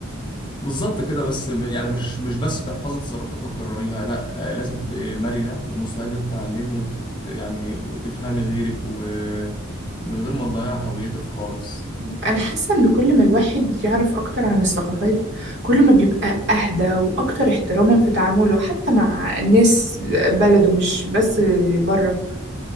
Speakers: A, on the left (about 20°); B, on the right (about 55°).
A: بالظبط كده بس م- يعني مش مش بس تحفظي تصرفات وتكرريها لا آه، لازم تبقي مرنة ومستعدة تتعلمي وتت يعني وتفهمي غيرك ومن غير ما تضيعي هويتك خالص
B: أنا حاسة إن كل ما الواحد يعرف أكتر عن الثقافات كل ما بيبقى أهدى وأكتر احتراما في تعامله حتى مع الناس بلده مش بس بره